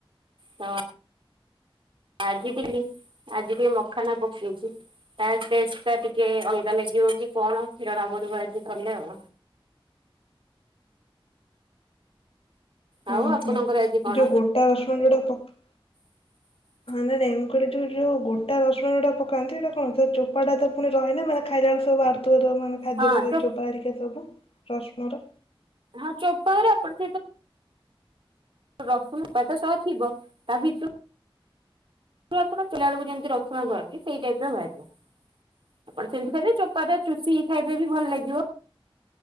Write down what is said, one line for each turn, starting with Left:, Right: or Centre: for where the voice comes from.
Right: ତ ଆଜି ି ଆଜି ଟିକେ ମଖାନ ପକେଇଚି ତା ଟେଷ୍ଟେଟା ଟିକେ ଅଲଗା ଲାଗିବ କି କଣ ଜଣାପଡ଼ିବ ଏଇଠୁ କଲେ ଆଉ। ଆଉ
Left: ହଁ
Right: ଆପଣଙ୍କର
Left: ହୁଁ
Right: ଆଜି କଣ?
Left: ଯୋଉ ଗୋଟା ରଶୁଣ ଯଉଟା ପ
Right: <inaudible>
Left: ହଁ ନାଇ ନାଇ ମୁଁ କଇଲି ଯୋଉ ଯୋଉ ଗୋଟା ରସୁଣ ଯଉଟା ପକାନ୍ତି କଣ ଚୋପାଟାତ ପୁଣି ରହେନା ମାନେ ଖାଇଲା ବେଳେ ସବୁ ବା ମାନେ ଖାଦ୍ୟରେ
Right: ହଁ
Left: ଯେଦି
Right: ଚୋ
Left: ଚୋପାହେରିକା ସବୁ ରସୁଣର?
Right: ହଁ ଚୋପା ଗୁରା ଆପଣ ରସୁଣ ଚୋପାଟା ସହ ଥିବ ତାଭିତ <unintelligible> ଯେମିତି ରସୁଣ ବାହାରୁଚି ସେଇ ଟାଇପର ବାହାରିବ। ଆପଣ ସେମିତି ଖାଇବେ ଚୋପାଟା ଚୁଷିକି ଖାଇବେ ବି ଭଲ ଲାଗିବ।